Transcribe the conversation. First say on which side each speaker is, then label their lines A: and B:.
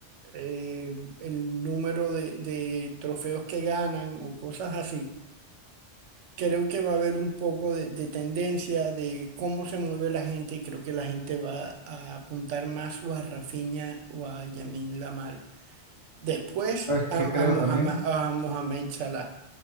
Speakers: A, on the right; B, on the right.
A: eh, el número de, de trofeos que ganan o cosas así. creo que va a haber un poco de, de tendencia de cómo se mueve la gente y creo que la gente va a apuntar más o a Rafinha o a Yamin Lamal. Después
B: ¿Sabes
A: a,
B: qué
A: a,
B: creo
A: Mohamed,
B: también?
A: a Mohamed Salah.